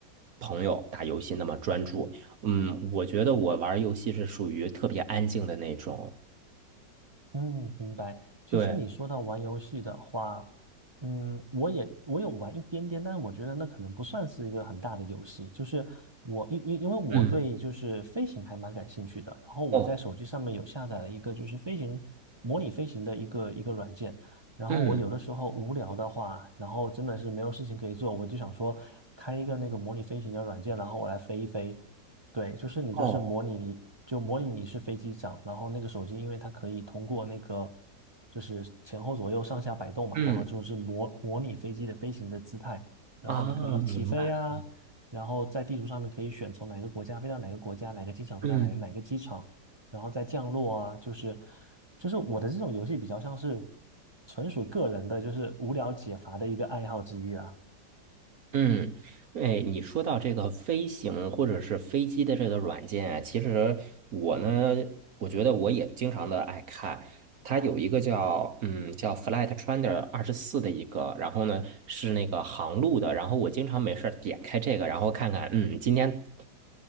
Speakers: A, on the right (about 55°); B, on the right (about 25°).
A: 朋友打游戏那么专注。嗯，我觉得我玩儿游戏是属于特别安静的那种。
B: 嗯，明白。其实你说到玩游戏的话，
A: 对，
B: 嗯，我也我有玩一点点，但是我觉得那可能不算是一个很大的游戏。就是我因因因为我对就是飞行还蛮感兴趣的，
A: 嗯，
B: 然后我在手机上面有下载了一个就是飞行模拟飞行的一个一个软件。
A: 哦，
B: 然后我有的时候无聊的话，
A: 嗯，
B: 然后真的是没有事情可以做，我就想说开一个那个模拟飞行的软件，然后我来飞一飞。对，就是你就是模拟你就模拟你是飞机长，
A: 哦，
B: 然后那个手机因为它可以通过那个就是前后左右上下摆动嘛，
A: 嗯。
B: 然后就是模模拟飞机的飞行的姿态，然后你可以起飞啊，
A: 啊，明白。
B: 然后在地图上面可以选从哪个国家飞到哪个国家，哪个机场飞到哪个哪个机场，
A: 嗯
B: 然后再降落啊，就是就是我的这种游戏比较像是纯属个人的，就是无聊解乏的一个爱好之一啊。
A: 嗯，哎，你说到这个飞行或者是飞机的这个软件啊，其实我呢，我觉得我也经常的爱看。它有一个叫嗯叫 Flight Trainer 二十四的一个，然后呢是那个航路的，然后我经常没事儿点开这个，然后看看嗯今天。